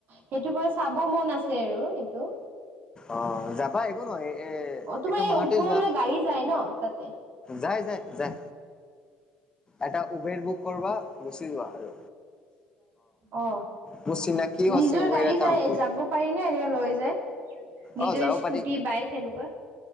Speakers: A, on the right; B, on the left.
A: সেইটোৰ পৰা চাব মন আছে আৰু এইটো-
B: আহ যাবা একো নহয় এ
A: অ', তোমাৰ
B: এইটো
A: এই
B: মাহতেই
A: ওপৰলৈ
B: যোৱা।
A: গাড়ী যায় ন তাতে?
B: যাই যাই যাই এটা উবেৰ বুক কৰা গুচি যোৱা আৰু।
A: অ
B: মোৰ চিনাকিও
A: নিজৰ
B: আছে উবেৰ
A: গাড়ী
B: এটা
A: যাই
B: অংকুল
A: যাব পাৰি নে এনেকে লৈ য- নিজৰ
B: অ যাব
A: স্কুটি
B: পাৰি
A: বাইক এনেকুৱা-